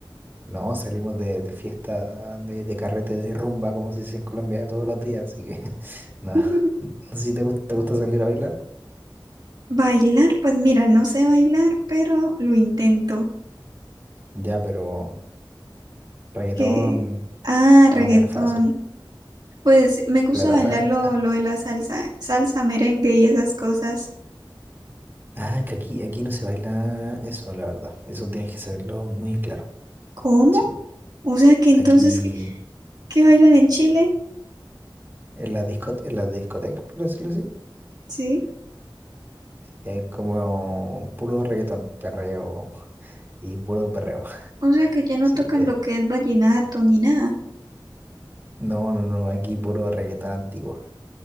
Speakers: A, on the right (about 25°); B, on the right (about 55°).
A: No, salimos de, de fiesta, de, de carrete, de rumba, como se dice en Colombia, todos los días, así que <laughs> no,
B: <laughs>
A: no sé si te gusta, te gusta salir a bailar,
B: Bailar, pues mira, no sé bailar, pero lo intento.
A: ya, pero reggaetón
B: Que, ah, reggaetón.
A: más o menos fácil.
B: Pues me gusta
A: Claro,
B: bailar
A: acá,
B: lo,
A: ah,
B: lo de la salsa, salsa, merengue y esas cosas.
A: ah, que aquí, aquí no se baila eso, la verdad, eso tienes que saberlo muy claro,
B: ¿Cómo?
A: sí.
B: O sea que entonces,
A: Aquí
B: ¿qué, qué bailan en Chile?
A: en la disco, en la discoteca, por decirlo así,
B: Sí.
A: es como puro reggaetón, perreo y puro perreo, <laughs>
B: O sea que ya no
A: sí.
B: tocan
A: es-
B: lo que es vallenato ni nada.
A: No, no, no, aquí puro reggaetón antiguo,